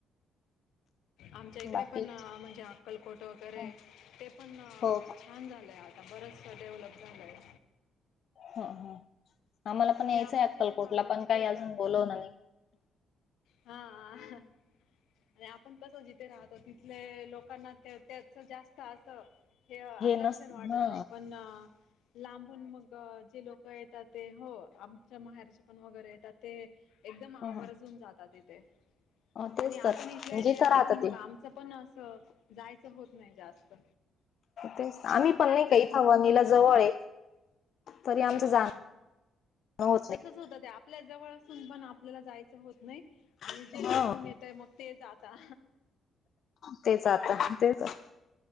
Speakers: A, on the left; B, on the left.
A: आमच्या इकडे
B: बाकी
A: पण म्हणजे अक्कलकोट वगैरे
B: हं,
A: ते पण
B: हो का?
A: छान झालय आज बरचस डेव्हलप झालंय.
B: हा हा. आम्हाला पण यायचंय
A: आपण
B: अक्कलकोटला
A: जिथे राहतो
B: पण
A: तिथे
B: काय अजून
A: क
B: बोलवला नाही.
A: हा हा आणि आपण कसं जिथे राहतो तिथले लोकांना त्या त्या चा जास्त असं हे आकर्षण
B: नस
A: वाटत
B: हा
A: नाही पण अ लांबून मग जे लोक येतात ते हो आमच्या महाराष् पण वगैरे येतात ते एकदम आवर्जून
B: हं, हं.
A: जातात इथे
B: अं, तेच
A: आणि आपण
B: तर
A: इथल्या इथे
B: जिथं
A: असून
B: राहतं
A: मग
B: ते
A: आमचं पण असं जायचं होत नाही जास्त.
B: तेच
A: आम्ही इथल्या
B: पण नाही
A: इथेच
B: का इथं
A: राहून
B: वणीला
A: मग
B: जवळ आहे तरी आमचं
A: हो.
B: जाणं होत
A: तसच होतं ते आपल्या जवळ असून पण आपल्याला जायचं होत नाही आणि
B: नाही
A: जे
B: हा
A: लांबून येताय आ मग ते जाता.
B: तेच आता <unintelligible>